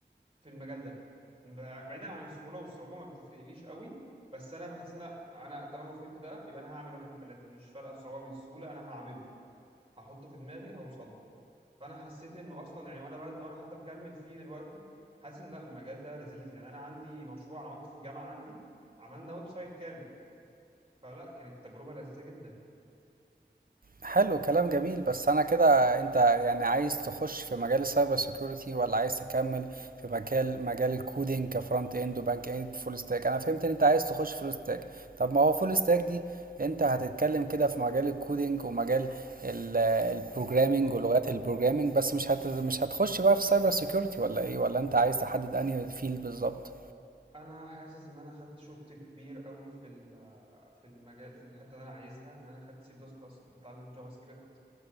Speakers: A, on the right; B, on the right.
A: في المجال ده ب- بعيدا عن السهوله والصعوبه ما بتفرقليش قوي بس انا بحس لا انا طالما فهمت ده يبقى انا هعمل واحد اتنين تلاته مش فارقه الصعوبه من السهوله انا هعمله هحطه في دماغي هوصل له فانا حسيت انه اصلا يعني وانا بعد وانا حتى مكمل فيه دلوقتي حاسس ان لا المجال ده لذيذ يعني انا عندي مشروع عملته في الجامعه عندي عملنا ويب سايت كامل فلا كانت تجربه لذيذه جدا
B: حلو كلام جميل بس انا كده انت يعني عايز تخش في مجال السايبر سيكيورتي ولا عايز تكمل في مجال مجال الكودينج كفرونت اند وباك اند فول ستاك انا فهمت ان انت عايز تخش فول ستاك طب ما هو فول ستاك دي انت هتتكلم كده في مجال الكودينج ومجال البروجرامينج
A: بالظبط
B: ولغات البروجرامينج بس مش هت مش هتخش بقى في سايبر سيكيورتي ولا ايه ولا انت عايز تحدد انهي فيلد بالظبط
A: انا حاسس ان انا خدت شوت كبير قوي في ال- في المجال في الحته اللي انا عايزها ان انا خدت سي بلس بلس بتعلم جافا سكريبت